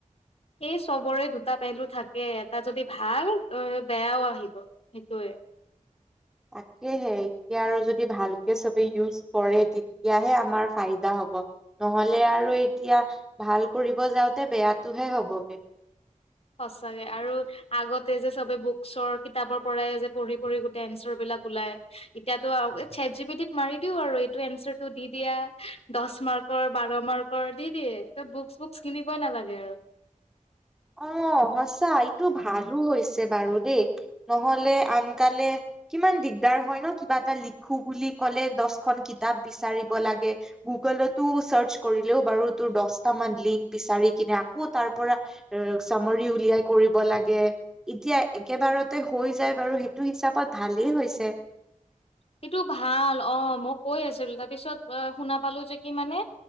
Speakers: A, on the left; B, in the centre.
A: সেই চবৰে দুটা পেহলু থাকে এটা যদি ভাল বেয়াও আহিব সেইটোয়ে।
B: তাকেহে এতিয়া আৰু যদি ভালকে চবে ইউজ কৰে তেতিয়াহে আমাৰ ফাইদা হ'ব। নহ'লে আৰু এতিয়া ভাল কৰিব যাওঁতে বেয়াটোহে হ'বগে।
A: সঁচাকে আৰু আগতে যে চবে বুকচৰ কিতাপৰ পৰাই যে পঢ়ি পঢ়ি গোটেই এনচাৰবিলাক ওলায়। এতিয়াতো আৰু এ ছেট জি পি টিত মাৰি দিওঁ আৰু এইটো এনচাৰটো দি দিয়া দহ মাৰ্কৰ বাৰ মাৰ্ক ৰ দি দিয়ে। এয়া বুকচ বুকচ কিনিবই নালাগে আৰু।
B: অ', সঁচা এইটো ভালো হৈছে বাৰু দেই নহ'লে আনকালে কিমান দিগদাৰ হয় ন কিবা এটা লিখো বুলি ক'লে দহখন কিতাপ বিচাৰিব লাগে। গুগলতো চাৰ্চ কৰিলেও বাৰু তোৰ দহটামান লিংক বিচাৰি কিনে আকৌ তাৰ পৰা চামাৰি উলিয়াই কৰিব লাগে। এতিয়া একেবাৰতে হৈ যায় বাৰু সেইটো হিচাপত ভালেই হৈছে।
A: সেইটো ভাল অ' মই কৈ আছিলো তাৰপিছত শুনা পালো যে কি মানে